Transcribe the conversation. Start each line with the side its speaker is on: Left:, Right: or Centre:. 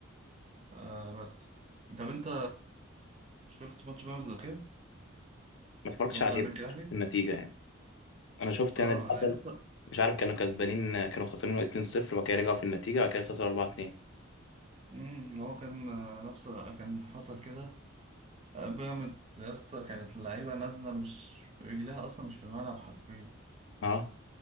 Right: آه بس طب انت شفت ماتش بيراميدز الاخير
Left: اتفرجتش
Right: اللي هو
Left: عليه
Right: بتاع البنك
Left: بس
Right: الاهلي
Left: النتيجة يعني أنا شفت
Right: اه
Left: يعني اللي حصل
Right: يا اسطى
Left: مش عارف كانوا كسبانين كانوا خسرانين 2-0 وبعد كده رجعوا في النتيجة وبعد كده خسروا 4-2
Right: امم، هو كان آه، نفس كان حصل كده آه، بيراميدز يا اسطى كانت اللعيبه نازله مش رجلها اصلا مش في الملعب حرفيا
Left: اه